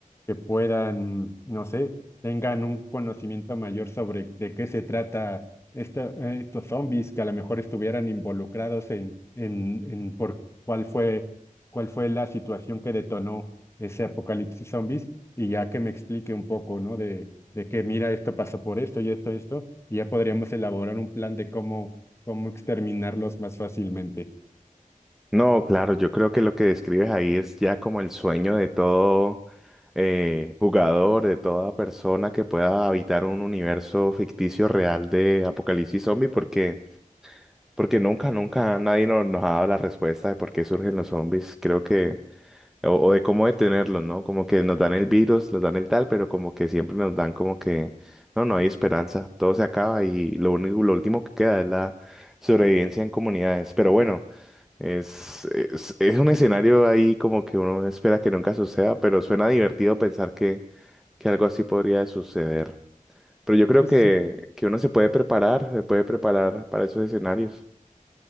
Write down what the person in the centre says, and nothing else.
No, claro, yo creo que lo que describes ahí es ya como el sueño de todo eh, jugador, de toda persona que pueda habitar un universo ficticio real de apocalipsis zombie, porque, porque nunca, nunca nadie no- nos ha dado la respuesta de por qué surgen los zombies, creo que, o, o de cómo detenerlos, ¿no? Como que nos dan el virus, nos dan el tal, pero como que siempre nos dan como que, no, no hay esperanza, todo se acaba y lo único, lo último que queda es la sobrevivencia en comunidades, pero bueno. Es, es, es un escenario ahí como que uno espera que nunca suceda, pero suena divertido pensar que, que algo así podría suceder. Pero yo creo
que,
que uno se puede preparar, se puede preparar para esos escenarios.